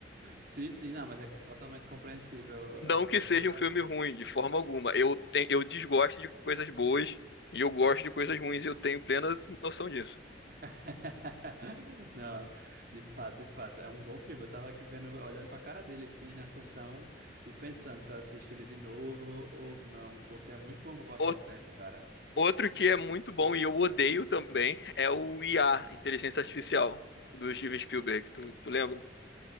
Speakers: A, on the right (about 55°); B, on the left (about 65°).
A: Sim, sim, não, mas é totalmente compreensível
B: Não
A: a sua
B: que seja
A: questão.
B: um filme ruim, de forma alguma. Eu, tenho, eu desgosto de coisas boas e eu gosto de coisas ruins e eu tenho plena noção disso.
A: <laughs> Não, de fato, de fato, é um bom filme. Eu tava aqui vendo, olhando pra cara dele aqui na sessão e pensando se eu assisto ele de novo ou não, porque é muito bom pra passar
B: O-
A: o tempo, cara.
B: Outro que é muito bom e eu odeio também é o IA, Inteligência Artificial, do Steven Spielberg. Tu, tu lembra?